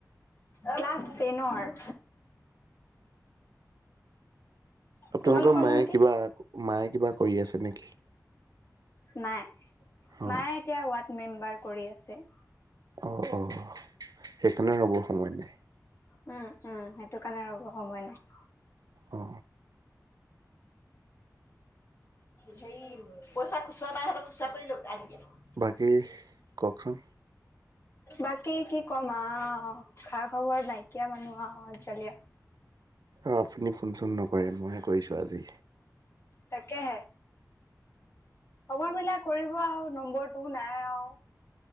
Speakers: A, on the left; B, on the right.
A: ক্লাছ টে'নৰ
B: অপোমালোকৰ
A: তোমালোকৰ
B: মায়ে
A: ভন্টি
B: কিবা মায়ে কিবা কৰি আছে নেকি?
A: নাই।
B: অ
A: মায়ে এতিয়া াত মেম্বাৰ কৰি আছে
B: অ অ সেইকাৰণে ৰ'বৰ সময় নাই
A: উম উম সেইটো কাৰণে ৰব সময় নাই
B: অ
A: সেই পইচা খুচুা পাইহ খুচুৰাা কৰি ল আন দিয়া উম
B: বাকী কওকচোন
A: বাকী কি কম আহ খা খবৰ নাইকিয়া মানুহ আহ আজজালি
B: অঁ আপুনি ফোন চোন নকৰে মইে কৰিছোঁ আজি
A: তাকেে সময় মিলা কৰিব আৰু নম্বৰটো নাই আৰু